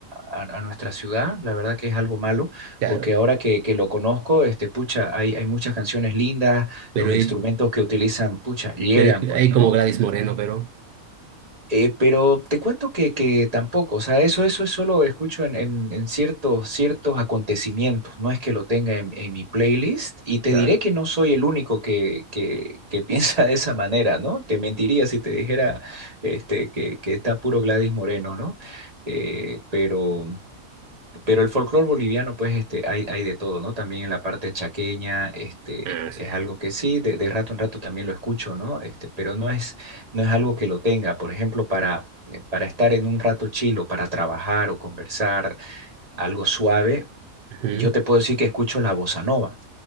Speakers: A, on the right (about 25°); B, on the right (about 85°).
A: a- a nuestra ciudad. La verdad que es algo malo,
B: Claro,
A: porque ahora que, que lo conozco, este, pucha, hay, hay muchas canciones lindas,
B: pero
A: los
B: hay,
A: instrumentos que utilizan, pucha, llegan,
B: pero hay,
A: pues,
B: hay
A: ¿no?
B: como Gladys Moreno, pero,
A: Eh, pero te cuento que, que tampoco, o sea, eso, eso es solo escucho en, en- en ciertos, ciertos acontecimientos, no es que lo tenga en, en mi playlist y te
B: claro,
A: diré que no soy el único que, que, que <laughs> piensa de esa manera, ¿no? Te mentiría si te dijera este, que, que está puro Gladys Moreno, ¿no? Eh, pero... Pero el folclore boliviano, pues, este, hay, hay de todo, ¿no? También en la parte chaqueña, este,
B: ah, sí.
A: es algo que sí, de, de rato en rato también lo escucho, ¿no? Este, pero no es, no es algo que lo tenga. Por ejemplo, para, eh, para estar en un rato chilo, para trabajar o conversar, algo suave,
B: Ujú.
A: yo te puedo decir que escucho la bossa nova.